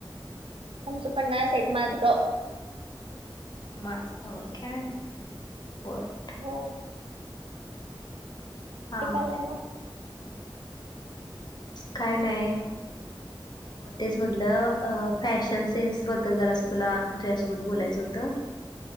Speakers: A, on the right (about 80°); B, on the left (about 50°).
A: आम्हचं पन्हाळा साईट माझं गाव.
B: माझंगाव काय ओके.
A: हो
B: हा
A: काय चाललंय मग?
B: काय नाही- तेच म्हटलं फॅशन सेन्स बद्दल जर असं तुला तुझ्यासोबत बोलायचं होतं.